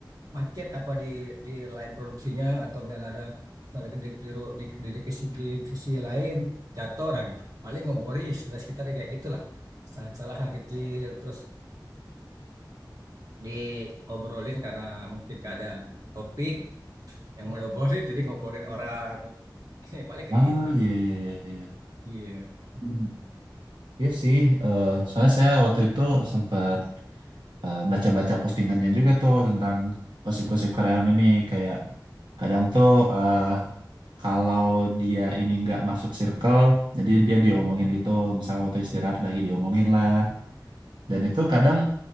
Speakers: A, on the right; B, on the right.
A: macet apa di di lain produksinya atau misalnya ada misalnya di di di, di divisi, divisi lain jatuh orang paling ngobrolin sekitar sekitar kayak gitulah kesalahan kesalahan kecil terus diobrolin karena mungkin gak ada topik yang mau diobrolin jadi ngobrolin orang <laughs> paling kayak
B: Ah,
A: gitu
B: iya iya iya iya. iya.
A: iya
B: Hmm. Iya sih, eh, soalnya saya waktu itu sempat eh, baca-baca postingannya juga tuh tentang gosip-gosip karyawan ini kayak kadang tuh eh, kalau dia ini nggak masuk circle jadi dia diomongin gitu misalnya waktu istirahat lagi diomongin lah dan itu kadang